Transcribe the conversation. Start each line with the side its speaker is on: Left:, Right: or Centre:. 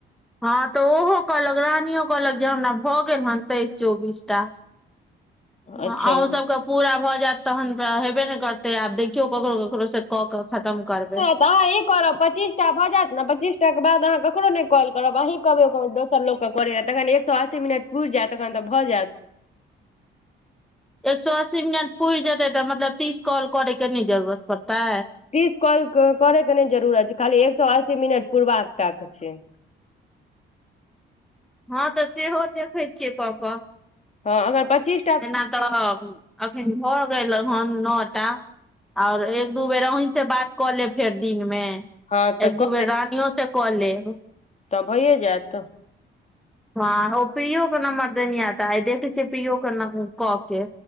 Centre: हँ तऽ ओहो कहलक रानियो कहलक जँ हमरा भऽ गेल हन तैइस चौबीस टा हँ
Left: अच्छा
Centre: अहूँ सभके पूरा भऽ जाएत तहन तऽ हेबे नय करतै आब देखियौ ककरो ककरोसँ कऽ कऽ खतम करबै
Left: तऽ अहाँ ई करब पच्चीसटा भऽ जायत न पच्चीसटा कऽ बाद अहाँ ककरो नर कॉल करब अहीँ कहबै लोक कऽ करैय तखन एकसो अस्सी मिनट पुइर जायत तखन तऽ भऽ जायत
Centre: एक सो अस्सी मिनट पुइर जेतै तऽ मतलब तीस कॉल करे कऽ नय जरूरत पड़तै
Left: तीस कॉल करै कऽ नय जरूरत छै खाली एकसो अस्सी मिनट पुरबाक टाक छै
Centre: हँ तऽ सेहो देखैत छियै कऽ कऽ
Left: हँ अगर पचीस
Centre: एना तऽ अखन भऽ गेलौ हन नौ टा आओर एक दू बेर अहीं से बात कऽ लेब फेर दिनमे
Left: हँ तऽ
Centre: एक
Left: कऽ
Centre: दू बेर
Left: लेब
Centre: रानियो से कऽ लेब
Left: तऽ भइए जायत
Centre: हँ ओ पियो कऽ नंबर देनिये तऽ आय देखै छियै पियो कऽ नाम कऽ कऽ